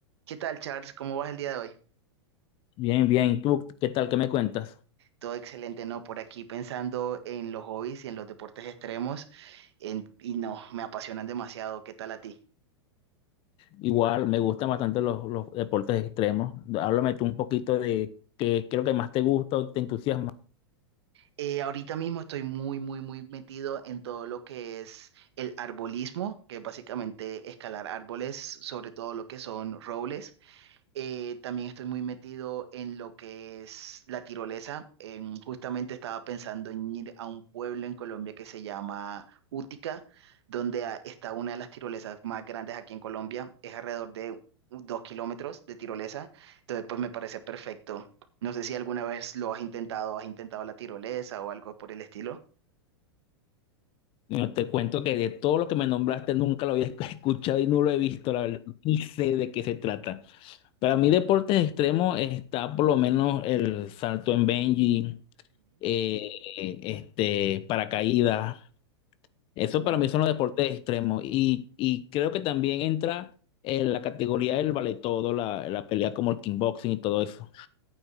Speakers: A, on the right (about 75°); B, on the left (about 40°).
A: ¿Qué tal, Charles? ¿Cómo vas el día de hoy?
B: Bien, bien. ¿Y tú qué tal? ¿Qué me cuentas?
A: Todo excelente, ¿no? Por aquí pensando en los hobbies y en los deportes extremos, en- y no, me apasionan demasiado. ¿Qué tal a ti?
B: Igual, me gustan bastante los, los deportes extremos. Háblame tú un poquito de qué, qué es lo que más te gusta o te entusiasma.
A: Eh, ahorita mismo estoy muy, muy, muy metido en todo lo que es el arbolismo, que es básicamente escalar árboles, sobre todo lo que son robles. Eh, también estoy muy metido en lo que es la tirolesa. Em, justamente estaba pensando en ir a un pueblo en Colombia que se llama Útica, donde ah, está una de las tirolesas más grandes aquí en Colombia. Es alrededor de dos kilómetros de tirolesa. Entonces, pues me parece perfecto. No sé si alguna vez lo has intentado, has intentado la tirolesa o algo por el estilo.
B: Bueno, te cuento que de todo lo que me nombraste nunca lo había <laughs> escuchado y no lo he visto, la verdad. Ni sé de qué se trata. Para mí, deportes extremos está por lo menos el salto en bungee, eh, este, paracaídas. Eso
A: Ujú.
B: para mí son los deportes extremos. Y, y creo que también entra en la categoría del vale todo, la, la pelea como el kickboxing y todo eso.